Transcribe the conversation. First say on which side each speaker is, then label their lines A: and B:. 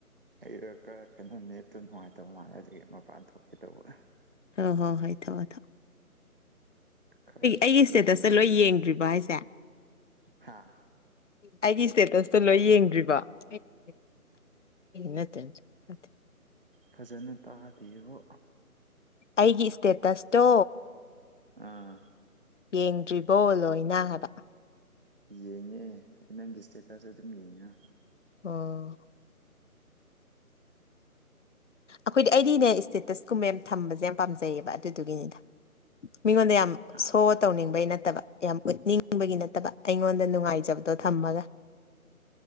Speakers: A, on the right (about 40°); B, on the left (about 55°).
A: ꯑꯩꯗꯣ ꯈꯔ ꯀꯩꯅꯣ ꯅꯦꯠꯇꯨ ꯅꯨꯡꯉꯥꯏꯇꯕ ꯃꯥꯜꯂꯦ ꯑꯗꯨꯒꯤ ꯃꯄꯥꯟ ꯊꯣꯛꯀꯦ ꯇꯧꯕ
B: ꯍꯣꯏ ꯍꯣꯏ ꯍꯣꯏ ꯊꯣꯛꯑꯣ ꯊꯣꯛꯑꯣ
A: ꯈꯔ
B: ꯑꯩꯒꯤ
A: ꯁ꯭ꯂꯣ
B: ꯏꯁꯇꯦꯇꯁꯇ
A: ꯑꯣꯏꯕꯀꯣ
B: ꯂꯣꯏ ꯌꯦꯡꯗ꯭ꯔꯤꯕ ꯍꯥꯏꯁꯦ
A: ꯍꯥꯥ
B: ꯑꯩꯒꯤ ꯏꯁꯇꯦꯇꯁꯇꯣ ꯂꯣꯏ ꯌꯦꯡꯗ꯭ꯔꯤꯕ <unintelligible> ꯅꯠꯇꯦ ꯅꯠꯇꯦ ꯅꯠꯇꯦ
A: ꯐꯖꯅ ꯇꯥꯗꯦꯕꯣ
B: ꯑꯩꯒꯤ ꯏꯁꯇꯦꯇꯁꯇꯣ
A: ꯑꯥ
B: ꯌꯦꯡꯗ꯭ꯔꯤꯕꯣ ꯂꯣꯏꯅ ꯍꯥꯏꯕ
A: ꯌꯦꯡꯉꯦ ꯑꯩ ꯅꯪꯒꯤ ꯏꯁꯇꯦꯇꯁꯁꯦ ꯑꯗꯨꯝ ꯌꯦꯡꯉ
B: ꯑꯣ ꯑꯩꯈꯣꯏꯗꯤ ꯑꯩꯗꯤꯅꯦ ꯏꯁꯇꯦꯇꯁꯀꯨꯝꯕ ꯌꯥꯝ ꯊꯝꯕꯁꯦ ꯌꯥꯝ ꯄꯥꯝꯖꯩꯌꯦꯕ ꯑꯗꯨꯗꯨꯒꯤꯅꯤꯗ ꯃꯤꯉꯣꯟꯗ ꯌꯥꯝ
A: ꯍꯥ
B: ꯁꯣ ꯇꯧꯅꯤꯡꯕꯩ ꯅꯠꯇꯕ ꯌꯥꯝ ꯎꯠꯅꯤꯡꯕꯒꯤ ꯅꯠꯇꯕ ꯑꯩꯉꯣꯟꯗ ꯅꯨꯡꯉꯥꯏꯖꯕꯗꯣ ꯊꯝꯃꯒ